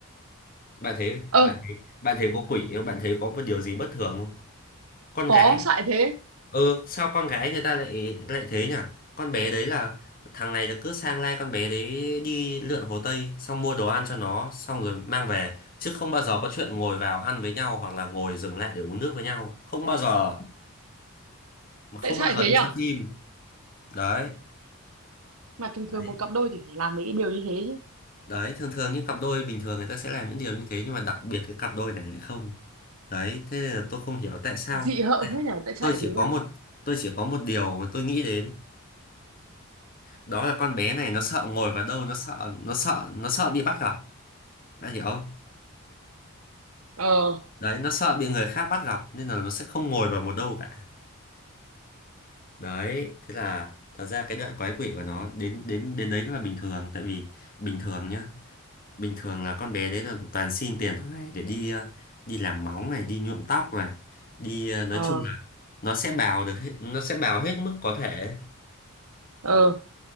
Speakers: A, on the left; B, on the right.
A: bạn thấy
B: ơ
A: bạn thấy bạn thấy có quỷ không bạn thấy có một điều gì bất thường không con
B: có
A: gái
B: sao lại thế
A: ừ sao con gái người ta lại lại thế nhỉ con bé đấy là thằng này là cứ sang lai con bé đấy đi lượn Hồ Tây xong mua đồ ăn cho nó xong rồi mang về chứ không bao giờ có chuyện ngồi vào ăn với nhau hoặc là ngồi dừng lại để uống nước với nhau không bao giờ mà không
B: tại sao
A: bao
B: lại
A: giờ
B: thế
A: đi
B: nhở
A: xem phim đấy
B: mà thường thường
A: đấy
B: một cặp đôi thì phải làm mấy cái điều như thế chứ
A: đấy thường thường những cặp đôi bình thường người ta sẽ làm những điều như thế nhưng mà đặc biệt cái cặp đôi này lại không đấy thế nên là tôi không hiểu tại sao
B: dị hợm thế nhở tại sao
A: tôi
B: lại
A: chỉ
B: thế nhở
A: có một tôi chỉ có một điều mà tôi nghĩ đến đó là con bé này nó sợ ngồi vào đâu nó sợ nó sợ nó sợ bị bắt gặp bạn hiểu không
B: ờ
A: đấy nó sợ bị người khác bắt gặp nên là nó sẽ không ngồi vào một đâu cả đấy thế là thật ra cái đoạn quái quỷ của nó đến đến đến đấy là bình thường tại vì bình thường nhá bình thường là con bé đấy là toàn xin tiền hàng ngày để đi ờ, đi làm móng này đi nhuộm tóc này đi ờ, nói
B: ờ
A: chung là nó sẽ bào được hết, nó sẽ bào hết mức có thể
B: ờ